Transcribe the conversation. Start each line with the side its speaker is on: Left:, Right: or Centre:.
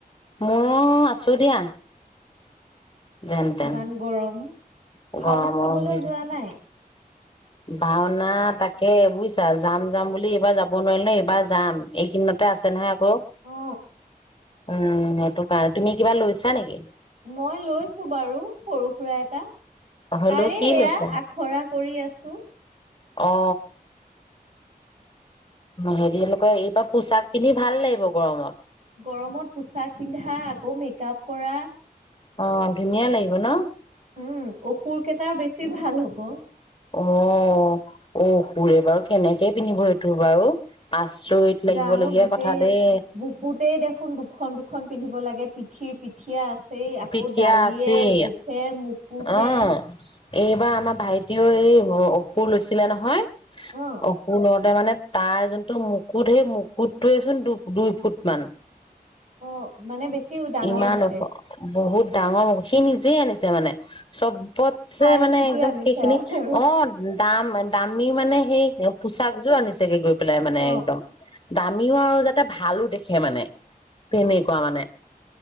Left: মোৰ আ ছো দিয়া যেন তেন
Right: ইমান গৰম ভাওনা
Left: গৰমৰ
Right: চাবলৈ
Left: হেৰি।
Right: যোৱা নাই
Left: ভাওনা তাকে বুজিছা যাম যাম বুলি এইবাৰ যাব নোৱাৰিলো ন এইবাৰ যাম এইকদিনতে আছে নহয় ক
Right: অ
Left: উম সেইটো কাৰণে তুমি কিবা লৈছা নেকি
Right: মই লৈছো বাৰু সৰু সুৰা এটা
Left: হলেও
Right: পাৰ এয়া
Left: কি লৈছা
Right: আখৰা কৰি আছো
Left: অ হেৰি লোকে এইবাৰ পোচাক পিন্ধি ভাল লাগিব গৰমত
Right: গৰমত পোচাক পিন্ধা আকৌ মেক আপ কৰা
Left: অ ধুনীয়া লাগিব ন
Right: উম অসুৰ কেইটাৰ বেছি ভাল হ'ব
Left: অ অ সুৰে বাৰু কেনেকে পিন্ধিব এইটো বাৰু আচৰিত লাগিবলগীয়া
Right: জানো গোটেই
Left: কথা দেই
Right: বুকুতেই দেখোন দুখন দুখন পিন্ধিব লাগে পিঠিৰ পিঠিয়া আছে সেই আকৌ
Left: পিঠিয়া
Right: দালিয়ে
Left: আছেই
Right: গোফে মুকুতে
Left: অ এইবাৰ আমাৰ ভাইটিও এই অসুৰ লৈছিলে নহয়
Right: অ
Left: অপুলত মানে তাৰ যোনটো মুকুত সেই মুকুতটোৱে চোন দু দুই ফুট মান
Right: অ মানে বেছি ডাঙৰ
Left: ইমান
Right: দিছে।
Left: উখ বহুত ডাঙৰ মু সি নিজে আনিছে যে মানে চব পতছে
Right: চাই
Left: মানে
Right: চিতি
Left: একদম
Right: আনিছে
Left: সেইখিনি
Right: আৰু।
Left: অ দাম দামী মানে সেই পোচাকযোৰ আনিছেগে গৈ পেলাই মানে
Right: অ
Left: একদম দামীও আৰু যাতে ভালো দেখে মানে তেনেকুৱা মানে